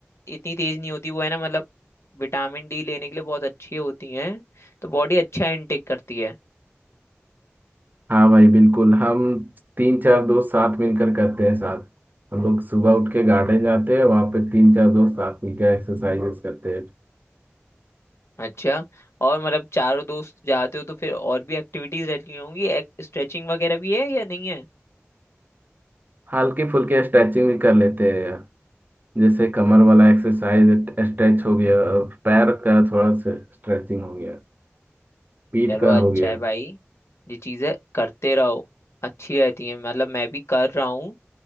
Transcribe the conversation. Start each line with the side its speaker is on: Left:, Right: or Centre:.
Left: इतनी तेज नहीं होती वो है ना मतलब विटामिन डी लेने के लिए बहुत अच्छी होती हैं तो बॉडी अच्छा इनटेक करती है
Right: हाँ भाई बिल्कुल हम तीन चार दोस्त साथ मिलकर करते हैं साथ हम लोग सुबह उठ के गार्डन जाते हैं वहाँ पे तीन चार दोस्त साथ मिलकर एक्सरसाइजेस करते हैं
Left: अच्छा और मतलब चारों दोस्त जाते हो तो फिर और भी एक्टिविटीज रहती होंगी स्ट्रेचिंग वगैरह भी है या नहीं है
Right: हल्की फुल्की स्ट्रेचिंग भी कर लेते हैं जैसे कमर वाला एक्सरसाइज स्ट्रेच हो गया पैर का थोड़ा स्ट्रेचिंग हो गया पीठ
Left: चलो
Right: का
Left: अच्छा
Right: हो गया
Left: है भाई ये चीजें करते रहो अच्छी रहती हैं मतलब मैं भी कर रहा हूँ